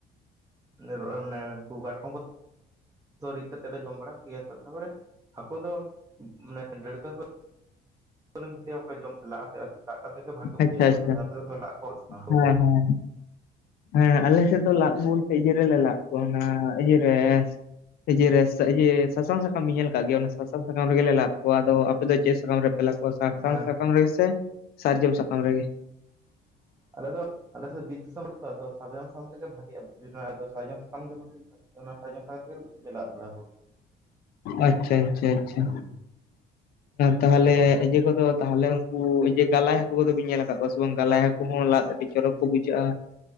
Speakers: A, on the right; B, on the left.
A: ᱢᱟᱱᱮ ᱩᱱᱠᱩ ᱠᱟᱴᱠᱚᱢ ᱠᱚ ᱨᱤᱫ ᱠᱟᱛᱮᱜ ᱞᱮ ᱡᱚᱢ ᱵᱟᱲᱟ ᱠᱚ ᱜᱮᱭᱟ ᱛᱟᱨᱯᱚᱨᱮ ᱦᱟᱹᱠᱩ ᱫᱚ ᱢᱟᱱᱮ ᱰᱟᱹᱲᱠᱟᱹ ᱦᱟᱠᱳ <inaudible> ᱡᱚᱢ ᱞᱟᱜ ᱟᱛᱮ ᱟᱫᱚ ᱞᱟᱜ ᱠᱟᱛᱮ ᱜᱮ ᱵᱷᱟᱜᱮ ᱵᱩᱡᱟᱹ
B: ᱟᱪᱪᱷᱟ
A: ᱟ
B: ᱟᱪᱪᱷᱟ
A: ᱚᱱᱟ ᱠᱷᱟᱹᱛᱤᱨ
B: ᱦᱮᱸ
A: <inaudible>
B: ᱦᱮᱸ ᱦᱮᱸ ᱟᱞᱮ ᱥᱮᱫ ᱫᱚ ᱞᱟᱫ ᱵᱚᱞᱛᱮ ᱤᱭᱟᱹ ᱨᱮᱞᱮ ᱞᱟᱫ ᱠᱚᱣᱟ ᱚᱱᱟ ᱤᱭᱟᱹ ᱨᱮ ᱤᱭᱟ. ᱨᱮ ᱤᱭᱟᱹ ᱥᱟᱥᱟᱝ ᱥᱟᱠᱟᱢ ᱵᱮᱱ ᱧᱮᱞ ᱠᱟᱜ ᱜᱮ ᱚᱱᱟ ᱥᱟᱥᱟᱝ ᱥᱟᱠᱟᱢ ᱨᱮᱜᱮᱞᱮ ᱞᱟᱫ ᱠᱚᱣᱟ ᱟᱫᱚ ᱟᱯᱮ ᱫᱚ ᱪᱮᱫ ᱥᱟᱠᱟᱢ ᱨᱮᱯᱮ? ᱞᱟᱫ ᱠᱚᱣᱟ ᱥᱟᱥᱟᱝ
A: ᱦᱮᱸ
B: ᱥᱟᱠᱟᱢ ᱨᱮᱜᱮ ᱥᱮ ᱥᱟᱨᱡᱚᱢ ᱥᱟᱠᱟᱢ ᱨᱮᱜᱮ?
A: ᱟᱞᱮ ᱫᱚ ᱟᱞᱮ ᱥᱮᱫ ᱵᱤᱨ ᱫᱤᱥᱚᱢ ᱨᱮᱛᱚ ᱟᱫᱚ ᱥᱟᱨᱡᱚᱢ ᱥᱟᱠᱟᱢ ᱵᱷᱟᱜᱮᱜᱼᱟ ᱥᱟᱨᱡᱚᱢ ᱥᱟᱠᱟᱢ ᱜᱮ ᱢᱟᱱᱮ ᱥᱟᱨᱡᱚᱢ ᱥᱟᱠᱟᱢ ᱛᱮᱜᱮ ᱞᱟᱫ ᱵᱟᱲᱟ ᱠᱚᱜᱮᱭᱟ
B: ᱟᱪᱪᱷᱟ ᱟᱪᱪᱷᱟ ᱟᱪᱪᱷᱟ
A: ᱦᱮᱸ
B: ᱛᱟᱦᱚᱞᱮ ᱤᱭᱟᱹ ᱠᱚᱫᱚ ᱛᱟᱦᱚᱞᱮ ᱩᱱᱠᱩ ᱤᱭᱟᱹ ᱜᱟᱞᱟᱭ ᱦᱟᱹᱠᱩ ᱠᱚᱫᱚ ᱵᱤᱱ ᱧᱮᱞ ᱠᱟᱫ ᱠᱚᱣᱟ ᱥᱮ ᱵᱟᱝ ᱜᱟᱞᱟᱭ ᱦᱟᱹᱠᱩ? ᱩᱱᱠᱩ ᱦᱚᱸ ᱞᱟᱫ ᱟᱹᱰᱤ ᱪᱚᱨᱚᱠ ᱠᱚ ᱵᱩᱡᱷᱟᱹᱜᱼᱟ᱾